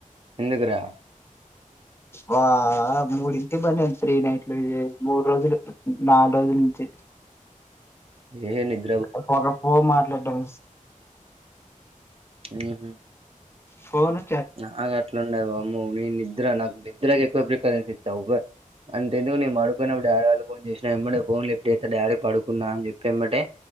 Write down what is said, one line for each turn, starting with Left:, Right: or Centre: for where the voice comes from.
Right: కిందకు రా
Left: వా మూడింటి <unintelligible> త్రీ నైట్లు మూడు రోజులు నాలుగు రోజుల నుంచి
Right: ఏనిద్
Left: <inaudible> ఫోన్ మాట్లాడ్డం
Right: ఊహూ
Left: ఫోనే
Right: నాకు అట్లుండయి వామ్మో నీ నిద్ర నాకు నిద్రకి ఎక్కువ ప్రిఫరెన్స్ ఇచ్చా అవ్వ అంతెందుకు నేను పడుకున్నప్పుడు డాడీ వాళ్ళు ఫోన్ చేసిన ఎమ్మటే ఫోన్ లిఫ్ట్ చేత్తా డాడీ పడుకున్నా అని చెప్పి ఎమ్మటే